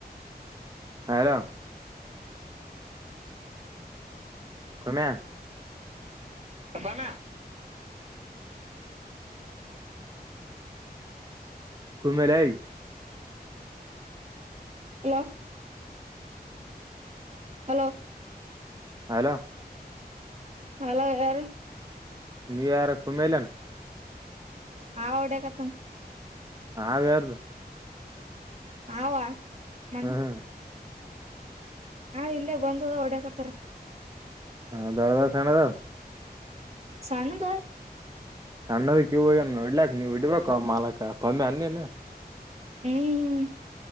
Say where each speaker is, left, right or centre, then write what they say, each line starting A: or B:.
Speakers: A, on the right; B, on the right.
A: ಹಲೋ ಕಮ್ಮೆ
B: ಬಾನ
A: ಕಮಲೆೈ
B: ಹಲೋ ಹಲೋ
A: ಹಲೋ
B: ಹಲೋ ಯಾರು
A: ನೀನ್ಯಾರಕ್ ಕುಮಲನ್
B: ಆ ಒಡ ಕಥ
A: ಹಾ ಬಾರದು
B: ಹವಾ ಮನ್
A: ಹ್ಮ್
B: ಹಾ ಇಲ್ಲೇ ಬಂದದ ಹೊಡಕತ್ತಾರ
A: ಹ ದರ ದರ ಸ್ಣದ
B: ಸಾನುದ
A: ಅಣ್ಣದಕ್ಕೆ ಇೋಗ ನೋ ಇಡ್ಲಕ್ ನೀವ್ ಇಡ್ಬೇಕು ಮಾಲಕಪ್ಪಮ್ಮೆ ಅನ್ನೇನ್
B: ಹ್ಮ್್ಮ